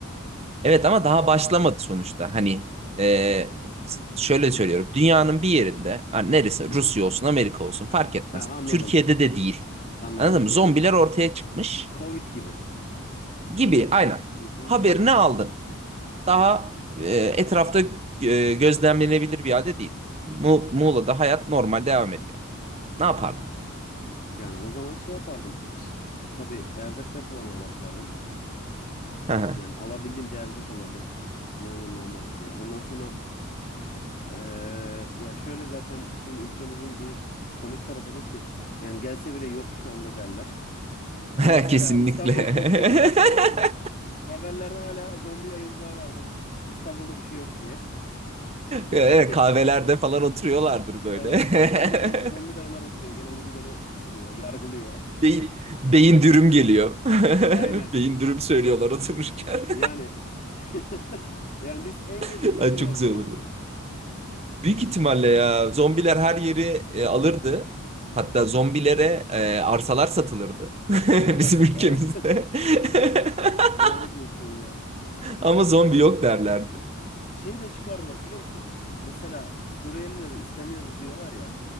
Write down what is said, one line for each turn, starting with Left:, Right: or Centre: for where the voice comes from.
Right: Evet ama daha başlamadı sonuçta. Hani ee, şöyle söylüyorum. Dünyanın bir yerinde, hani neresi?
Left: Hı hı.
Right: Rusya olsun, Amerika olsun fark etmez.
Left: Ha anladım.
Right: Türkiye'de de değil.
Left: Anladım.
Right: Anladın mı?
Left: Yani
Right: Zombiler ortaya çıkmış
Left: Covid gibi.
Right: gibi. Aynen.
Left: Hı hı.
Right: Haberini aldın. daha e, etrafta e, gözlemlenebilir bir halde değil. Mu Muğla'da hayat normal devam ediyor. Ne yapardın?
Left: Yani o zaman şey yapardım. E, tabii erzak depolamaya başlardım.
Right: Hı hı.
Left: Yani alabildiğimce erzak alırdım. Ne olur ne olmaz diye. Ondan sonra eee, ya şöyle zaten şimdi ülkemizin bir komik tarafı da şu. Yani gelse bile yok şu anda derler. <laughs>
Right: <laughs>
Left: Mesela
Right: Kesinlikle.
Left: İstanbul
Right: <laughs>
Left: komple gider tamam mı? Haberlerde hala zombi yayıncılar vardır. İstanbul'da bir şey yok diye. <laughs>
Right: Evet,
Left: Yani
Right: Kahvelerde falan oturuyorlardır böyle.
Left: evet. Zombi day
Right: <laughs>
Left: zombi dayılar oturuyor. Geleni gideni ısırıyor, yargılıyor.
Right: Beyin, beyin dürüm geliyor. <laughs>
Left: <laughs> Aynen.
Right: Beyin dürüm söylüyorlar otururken.
Left: Yani <laughs> yani biz en
Right: <laughs>
Left: geç biz
Right: Ay,
Left: duyarız
Right: çok güzel
Left: biliyor
Right: olurdu.
Left: musun?
Right: Büyük ihtimalle ya zombiler her yeri e, alırdı. Hatta zombilere e, arsalar satılırdı. <laughs>
Left: Evet,
Right: Bizim ülkemizde.
Left: evet.
Right: <laughs>
Left: <laughs> Doğru diyorsun ya.
Right: Ama zombi yok derlerdi.
Left: Şey de çıkardı bak biliyor musun? Mesela Suriyelileri istemiyoruz diyorlar ya.